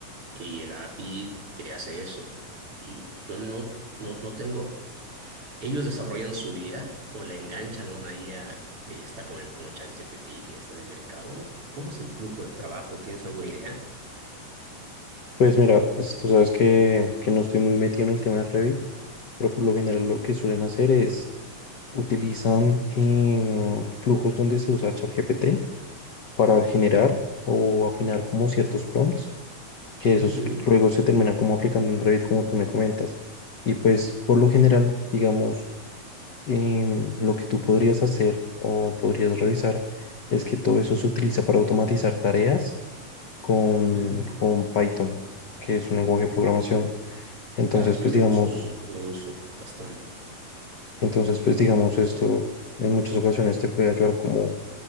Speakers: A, on the right (about 40°); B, on the left (about 50°).
A: Y el API te hace eso. Y yo no, no, no tengo. Ellos desarrollan su IA o la enganchan a una IA que ya está como, como ChatGPT, que ya está en el mercado. ¿O cómo es el flujo de trabajo? ¿Tienes alguna idea?
B: Pues mira, pues tú sabes que, que no estoy muy metido en el tema de Revit, pero por lo general lo que suelen hacer es utilizan em, flujos donde se usa ChatGPT para generar o afinar como ciertos prompts, que esos
A: Ujú.
B: luego se termina como aplicando en Revit, como tú me comentas. Y pues por lo general, digamos, em, lo que tú podrías hacer o podrías revisar es que todo eso se utiliza para automatizar tareas con,
A: Ujú.
B: con Python, que es un lenguaje de programación. Entonces,
A: Claro, sí,
B: pues
A: yo
B: digamos,
A: uso, lo uso bastante.
B: entonces, pues digamos, esto en muchas ocasiones te puede ayudar como